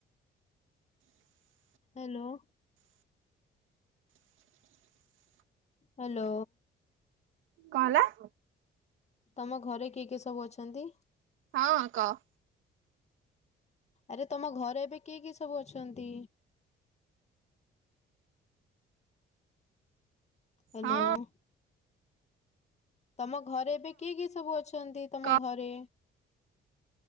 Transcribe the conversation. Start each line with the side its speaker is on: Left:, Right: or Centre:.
Left: ହାଲୋ- ହାଲୋ।
Right: କଣ ହେଲା?
Left: ତମ ଘରେ କିଏ କିଏ ସବୁ ଅଛନ୍ତି?
Right: ହଁ କହ-
Left: ଆରେ ତମ ଘରେ ଏବେ କିଏ କିଏ ସବୁ ଅଛନ୍ତି- ହାଲୋ-
Right: ହଁ
Left: ତମ- ଘରେ ଏବେ କିଏ କିଏ ସବୁ ଅଛନ୍ତି ତମ
Right: କହ
Left: ଘରେ-